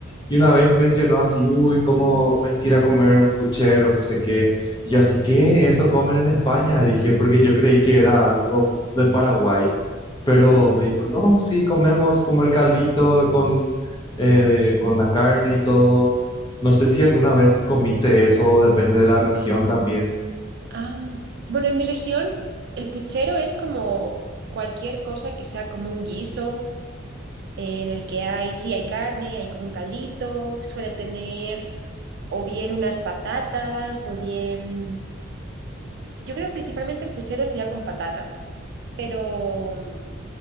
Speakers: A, on the left; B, on the right.
A: Y una vez mencionó así, uy, cómo me estira comer un puchero, no sé qué. Y yo así, ¿qué? ¿Eso comen en España? Dije, porque yo creí que era algo de Paraguay. Pero
B: Mm,
A: me dijo, no, sí, comemos como el caldito con, eh, con la carne y todo. No sé si alguna vez comiste eso, depende de la región también.
B: am, bueno, en mi región el puchero es como cualquier cosa que sea como un guiso eh, en el que hay, sí, hay carne, hay como un caldito, que suele tener o bien unas patatas o bien, yo creo principalmente el puchero sería con patata, pero, mm,